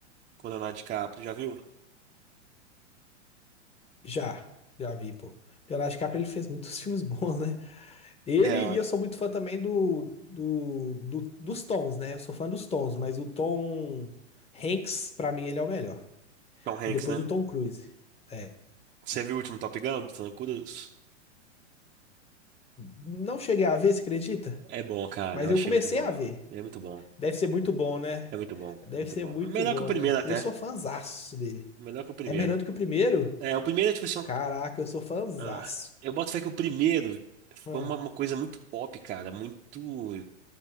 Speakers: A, on the right; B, on the left.
A: com Leonardo DiCaprio, já viu?
B: Já. Já vi, pô. Leonardo DiCaprio, ele fez muitos <laughs> filmes bons, né? Ele,
A: É,
B: e eu sou muito fã também do, do, do- dos Tons, né? Eu sou fã dos Tons, mas o Tom Hanks, pra mim, ele é o melhor.
A: Tom Hanks,
B: E depois
A: né?
B: o Tom Cruise. É.
A: Você viu o último Top Gun do Tom Cruise?
B: Não cheguei a ver, você acredita?
A: É bom, cara.
B: Mas
A: Eu achei
B: eu comecei
A: muito bom.
B: a ver.
A: É muito bom.
B: Deve ser muito bom, né?
A: É muito bom.
B: Deve
A: É muito
B: ser
A: bom.
B: muito
A: Melhor
B: bom,
A: que o primeiro
B: né?
A: até.
B: Eu sou fãzaço dele.
A: Melhor que o primeiro.
B: É melhor do que o primeiro?
A: É, o primeiro é tipo assim.
B: Caraca, eu sou fãzaço.
A: ah, eu boto fé que o primeiro
B: Hum.
A: foi uma, uma coisa muito pop, cara. Muito,